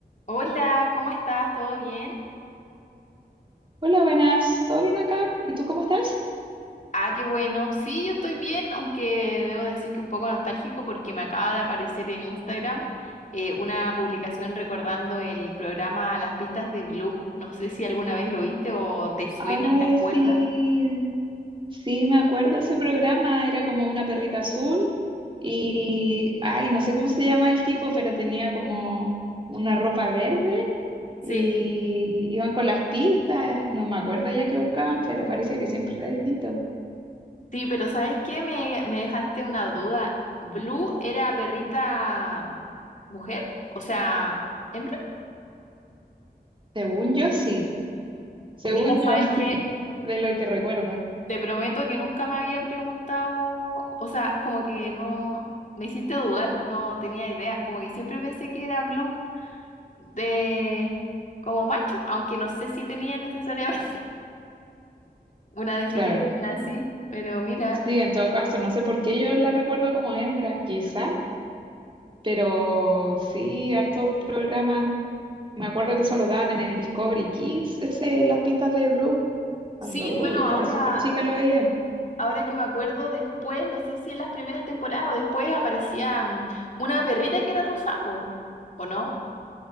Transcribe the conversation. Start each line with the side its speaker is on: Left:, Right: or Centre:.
Left: Hola, ¿cómo estás? ¿Todo bien?
Right: Hola, buenas, ¿todo bien acá? ¿Y tú cómo estás?
Left: Ah, qué bueno. Sí, yo estoy bien, aunque debo decir que un poco nostálgico porque me acaba de aparecer en Instagram eh, una publicación recordando el programa Las pistas de Blue. No sé si alguna vez lo viste o te suena,
Right: Ay,
Left: ¿te acuerdas?
Right: sí, sí, me acuerdo de ese programa, era como una perrita azul y, ay, no sé cómo se llama el tipo, pero tenía como una ropa verde
Left: Sí.
Right: y iban con las pistas, no me acuerdo ya qué buscaban, pero parece que siempre era distinto.
Left: Sí, pero ¿sabes qué? Me, me dejaste una duda. ¿Blue era perrita mujer? O sea, hembra.
Right: Según yo, sí, según
Left: Mira, ¿sabes
Right: yo, <laughs>
Left: qué?
Right: de lo que recuerdo,
Left: Te prometo que nunca me había preguntado, o sea, como que no, me hiciste dudar, no tenía idea, como que siempre pensé que era Blue de como macho, aunque no sé si tenía necesariamente <laughs> una definición
Right: claro.
Left: así, pero mira,
Right: Sí, en todo caso, no sé por qué yo la recuerdo como hembra, quizá, pero sí, hartos programas. Me acuerdo que eso lo daban en el Discovery Kids, ese, las pistas de Blue.
Left: sí,
Right: Cuando,
Left: bueno,
Right: uy, yo
Left: ahora,
Right: era súper chica, lo veía.
Left: ahora que me acuerdo después, no sé si en las primeras temporadas o después aparecía mm, una perrita que era Rosapo, ¿o no?